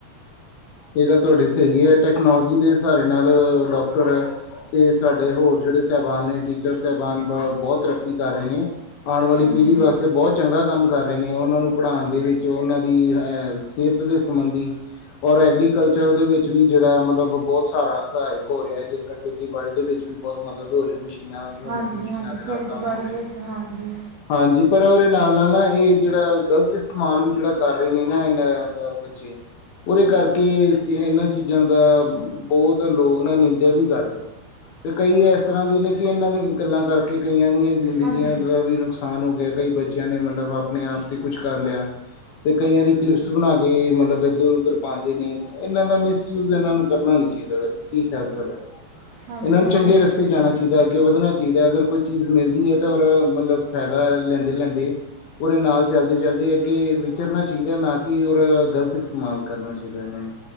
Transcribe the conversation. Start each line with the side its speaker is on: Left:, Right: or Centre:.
Left: ਏ ਗੱਲ ਤੁਆਡੀ ਸਈ ਏ, ਟੈਕਨੋਲੋਜੀ ਦੇ ਸਾਰੇ ਨਾਲ ਡੋਕਟਰ ਤੇ ਸਾਡੇ ਹੋਰ ਜੇੜੇ ਸੈਬਾਨ ਨੇ, ਟੀਚਰ ਸੈਬਾਨ ਬ ਬੋਤ ਤਰੱਕੀ ਕਰ ਰੇ ਨੇ। ਆਨ ਵਾਲੀ
Right: ਹਾਂਜੀ
Left: ਪੀੜੀ ਵਾਸਤੇ ਬੋਤ ਚੰਗਾ ਕਾੰਮ ਕਰ ਰੇ ਨੇ, ਓਨਾਂ ਨੂੰ ਪੜਾਨ ਦੇ ਵਿੱਚ, ਓਨਾਂ ਦੀ ਐ ਸੇਤ ਦੇ ਸੰਬੰਧੀ ਔਰ ਐਗਰੀਕਲਚਰ ਦੇ ਵੇੱਚ ਵੀ ਜੇੜ ਮਤਲਬ ਬੋਤ ਸਾਰਾ ਸਹਾਏਕ ਹੋ ਰੇਐ, ਜਿਸ ਤਰਾਂ ਖੇਤੀਬਾੜੀ ਦੇ ਵੇੱਚ ਵੀ ਬੋਤ ਮਦਦ ਹੋ ਰੀ ਐ ਮਿਸ਼ <unintelligible> ਆਧੁਨਿਕ
Right: ਹਾਂਜੀ
Left: ਮਸ਼ੀਨਾਂ
Right: ਹਾਂਜੀ
Left: ਦੇ ਨਾਲ
Right: ਖੇਤੀਬਾੜੀ
Left: ਕਾੰਮ ਹੋ ਰੇਐ।
Right: ਵਿੱਚ ਹਾਂਜੀ
Left: ਹਾਂਜੀ, ਪਰ ਓਦੇ ਨਾਲ-ਨਾਲ ਨਾ ਏ ਜੇੜਾ ਗ਼ਲਤ ਇਸਤੇਮਾਲ ਵੀ ਜੇੜਾ ਕਾੱਰ ਰੇ ਨੇ ਨਾ, ਏਨਾਂ ਬੱਚੇ ਓਦੇ ਕਾਰਕੇ ਇਨਾਂ ਚੀਜ਼ਾਂ ਦਾ ਬੋਤ ਲੋਗ ਨਾ ਨਿੰਦਿਆ ਵੀ ਕਾਰਦੇ ਨੇ। ਤੇ ਕਈ ਇਸ ਤਰ੍ਹਾਂ ਦੇ ਨੇ, ਕਿ ਇਹਨਾਂ ਦੀ ਗੱਲਾਂ ਕਰਕੇ ਕਈਆਂ ਦੀਆਂ ਜ਼ਿੰਦਗੀਆਂ
Right: ਹਾਂਜੀ
Left: ਦਾ ਵੀ ਨੁਕਸਾ ਸਾਨ ਹੋ ਗਿਆ, ਕਈ ਬੱਚਿਆਂ ਨੇ ਮਤਲਬ ਆਪਣੇ ਆਪ ਤੇ ਕੁਛ ਕਰ ਲਿਆ। ਤੇ ਕਈਆਂ ਦੀ ਕਲਿਪਸ ਬਣਾ ਕੇ ਮਤਲਬ ਇੱਧਰ- ਉੱਧਰ ਨੇ ਇਹਨਾਂ ਦਾ ਮਿਸਯੂਜ ਇਹਨਾਂ ਨੂੰ ਕਰਨਾ ਨੀ ਚਾਹੀਦਾ, ਵੈਸੇ ਕੀ ਖਿਆਲ ਤੁਹਡਾ?
Right: ਹਾਂਜੀ
Left: ਇਹਨਾਂ ਨੂੰ
Right: ਹਾਂਜੀ
Left: ਚੰਗੇ ਰਸਤੇ ਜਾਣਾ ਚਾ ਹੀਦਾ, ਦਾ ਅੱਗੇ ਵੱਧਣਾ ਚਾਹੀਦਾ, ਅਗਰ ਕੋਈ ਚੀਜ਼ ਮਿਲਦੀ ਏ ਤਾਂ ਉਰ ਮਤਲਬ ਫਾਇਦਾ ਲੈਂਦੇ -ਲੈਂਦੇ ਪੂਰੇ ਨਾਲ ਚੱਲਦੇ- ਚੱਲਦੇ ਅੱਗੇ ਚਾਹੀਦਾ, ਨਾ ਕਿ ਉਹਦਾ ਗਲਤ ਇਸਤੇਮਾਲ ਕਰਨਾ ਚਾਹੀਦਾ ਇਹਨਾਂ ਨੂੰ।